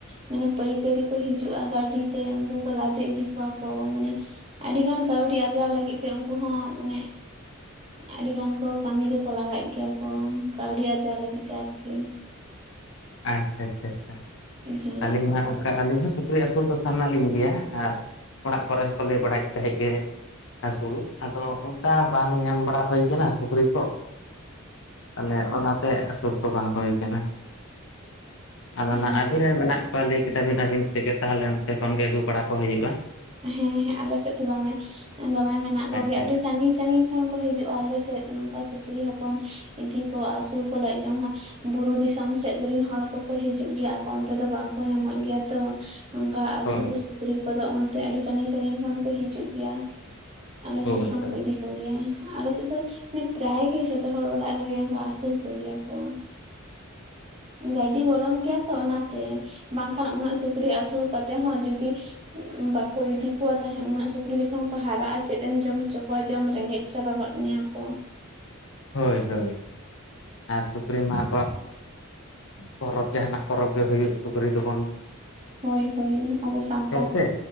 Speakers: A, on the right; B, on the left.
A: ᱢᱟᱱᱮ ᱯᱟᱹᱭᱠᱟᱹᱨᱤ ᱠᱚ ᱦᱤᱡᱩᱜᱼᱟ, ᱜᱟᱹᱰᱤ ᱛᱮ ᱩᱱᱠᱩ ᱠᱚ ᱞᱟᱫᱮ ᱤᱫᱤ ᱠᱚᱣᱟ ᱠᱚ ᱢᱟᱱᱮᱼᱼ ᱟᱹᱰᱤᱜᱟᱱ ᱠᱟᱹᱣᱰᱤ ᱟᱨᱡᱟᱣ ᱞᱟᱹᱜᱤᱫ ᱛᱮ ᱩᱱᱠᱩ ᱦᱚᱸ ᱢᱟᱱᱮᱼᱼ ᱟᱹᱰᱤᱜᱟᱱ ᱠᱚ ᱠᱟᱹᱢᱤ ᱨᱮᱠᱚ ᱞᱟᱜᱟᱜ ᱜᱮᱭᱟ ᱠᱚ ᱠᱟᱹᱣᱰᱤ ᱟᱨᱡᱟᱣ ᱞᱟᱹᱜᱤᱫ ᱛᱮ ᱟᱨᱠᱤᱼᱼ
B: ᱟᱪᱪᱷᱟ ᱟᱪᱪᱷᱟ ᱟᱪᱪᱷᱟ
A: ᱦᱮᱸ ᱦᱳᱭ
B: ᱟᱹᱞᱤᱧ ᱢᱟ ᱚᱱᱠᱟ ᱟᱹᱞᱤᱧ ᱦᱚᱸᱼᱼ ᱥᱩᱠᱨᱤ ᱟᱹᱥᱩᱞ ᱫᱚ ᱥᱟᱱᱟᱞᱤᱧ ᱜᱮᱭᱟ ᱟᱨ ᱚᱲᱟᱜ ᱠᱚᱨᱮ ᱦᱚᱸᱠᱚ ᱞᱟᱹᱭ ᱵᱟᱲᱟᱭ ᱮᱫ ᱛᱟᱦᱮᱸᱫ ᱜᱮᱼᱼ ᱟᱹᱥᱩᱞ ᱟᱫᱚ ᱚᱱᱠᱟ ᱵᱟᱝ ᱧᱟᱢ ᱵᱟᱲᱟ ᱦᱩᱭ ᱠᱟᱱᱟ ᱥᱩᱠᱨᱤ ᱠᱚ ᱛᱟᱦᱚᱞᱮ ᱚᱱᱟ ᱛᱮ ᱟᱹᱥᱩᱞ ᱠᱚ ᱵᱟᱝ ᱦᱩᱭ ᱠᱟᱱᱟ ᱟᱫᱚ <unintelligible>
A: ᱦᱳᱭ
B: <unintelligible> ᱢᱮᱱᱟᱜ ᱠᱚᱣᱟ ᱞᱟᱹᱭ ᱠᱮᱫᱟ ᱵᱤᱱ ᱟᱹᱵᱤᱱ ᱥᱮᱫ ᱜᱮ ᱛᱟᱦᱚᱞᱮ ᱚᱱᱛᱮ ᱠᱷᱚᱱ ᱜᱮ ᱟᱹᱜᱩ ᱵᱟᱲᱟ ᱠᱚ ᱦᱩᱭᱩᱜᱼᱟ᱾
A: ᱦᱮᱸ ᱦᱮᱸ ᱟᱞᱮ ᱥᱮᱫ ᱫᱚ ᱫᱚᱢᱮ ᱫᱚᱢᱮ ᱢᱮᱱᱟᱜ
B: ᱟᱪᱪᱷᱟ
A: ᱠᱚ ᱜᱮᱭᱟ
B: ᱟᱪᱪᱷᱟ
A: ᱟᱹᱰᱤ ᱥᱟᱺᱜᱤᱧ ᱥᱟᱺᱜᱤᱧᱼᱼ ᱡᱚᱠᱷᱚᱱ ᱠᱚ ᱦᱤᱡᱩᱜᱼᱟ ᱟᱞᱮ ᱥᱮᱫ ᱱᱚᱝᱠᱟ ᱥᱩᱠᱨᱤ ᱦᱚᱯᱚᱱ ᱤᱫᱤ ᱠᱚ ᱟᱥᱩᱞ ᱠᱚᱞᱮ ᱡᱚᱢᱟ ᱵᱩᱨᱩ ᱫᱤᱥᱚᱢ ᱥᱮᱫ ᱨᱮᱱ ᱦᱚᱲ ᱠᱚᱠᱚ ᱦᱤᱡᱩᱜ ᱜᱮᱭᱟ ᱟᱠᱚ ᱚᱱᱛᱮ ᱫᱚ ᱵᱟᱝ ᱠᱚ ᱧᱟᱢᱚᱜ ᱜᱮᱭᱟ ᱛᱚ ᱱᱚᱝᱠᱟ ᱟᱹᱥᱩᱞ
B: ᱦᱳᱭ
A: ᱥᱩᱠᱨᱤ ᱠᱚᱫᱚ ᱚᱱᱛᱮ ᱟᱹᱰᱤ ᱥᱟᱺᱜᱤᱧ ᱥᱟᱹᱜᱤᱧ ᱠᱷᱚᱱ ᱠᱚ ᱦᱤᱡᱩᱜ ᱜᱮᱭᱟ ᱟᱞᱮ
B: ᱦᱳᱭ
A: ᱥᱮᱫ ᱠᱷᱚᱱ
B: ᱦᱳᱭ
A: ᱠᱚ ᱤᱫᱤᱼᱼ ᱠᱚ ᱜᱮᱭᱟ ᱟᱞᱮ ᱥᱮᱫ ᱫᱚ ᱢᱟᱱᱮ ᱯᱨᱟᱭ ᱜᱮ ᱡᱷᱚᱛᱚ ᱦᱚᱲ ᱚᱲᱟᱜ ᱨᱮᱜᱮ ᱠᱚ ᱟᱹᱥᱩᱞ ᱠᱚᱜᱮᱭᱟ ᱟᱠᱚ ᱜᱟᱹᱰᱤ ᱵᱚᱞᱚᱱ ᱜᱮᱭᱟ ᱛᱚ ᱚᱱᱟ ᱛᱮ ᱵᱟᱝ ᱠᱷᱟᱱ ᱩᱱᱟᱹᱜ ᱥᱩᱠᱨᱤ ᱟᱹᱥᱩᱞ ᱠᱟᱛᱮᱫ ᱦᱚᱸ ᱡᱩᱫᱤᱼᱼ ᱦᱮᱸ ᱵᱟᱠᱚ ᱤᱫᱤ ᱠᱚᱣᱟ ᱛᱟᱦᱮᱸᱫ ᱩᱱᱟᱹᱜ ᱥᱩᱠᱨᱤ ᱡᱚᱠᱷᱚᱱ ᱠᱚ ᱦᱟᱨᱟᱜᱼᱟ ᱪᱮᱫ ᱮᱢ ᱡᱚᱢ ᱦᱚᱪᱚ ᱠᱚᱣᱟ ᱡᱚᱢ ᱨᱮᱸᱜᱮᱡᱼᱼ ᱪᱟᱵᱟ ᱜᱚᱫ ᱢᱮᱭᱟ ᱠᱚ᱾
B: ᱦᱳᱭ ᱦᱳᱭ ᱟᱨ ᱥᱩᱠᱨᱤ ᱢᱟ ᱟᱵᱚᱣᱟᱜ ᱯᱚᱨᱚᱵᱽ ᱡᱟᱦᱟᱱᱟᱜ ᱯᱚᱨᱚᱵᱽ ᱜᱮ ᱦᱩᱭᱩᱜ ᱥᱩᱠᱨᱤ ᱫᱚᱵᱚᱱᱼᱼ
A: ᱦᱳᱭ ᱦᱳᱭ ᱟᱵᱚ ᱥᱟᱱᱛᱟᱲ
B: ᱥᱮ